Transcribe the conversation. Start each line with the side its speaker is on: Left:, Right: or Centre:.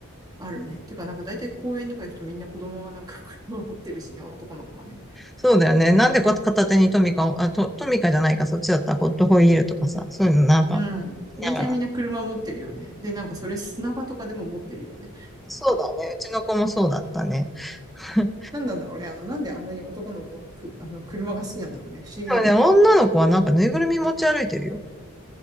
Right: あるね。てか、なんか大体公園とか行くとみんな子供はなんか <laughs> 車持ってるしね、男の子はね。
Centre: そうだよね。なんでこ片手にトミカを、あ、ト、トミカじゃないか、そっちだったらホットホイールとかさ、そういうのなんか、
Right: うん。
Centre: 聞きながら。
Right: 大体みんな車持ってるよね。で、なんかそれ砂場とかでも持ってるよね。
Centre: そうだね。うちの子もそうだったね。<laughs>
Right: なんなんだろうね。あの、なんであんなに男の子はく、あの、車が好きなんだろうね。不思議だよね。
Centre: でもね、女の子はなんかぬいぐるみ持ち歩いてるよ。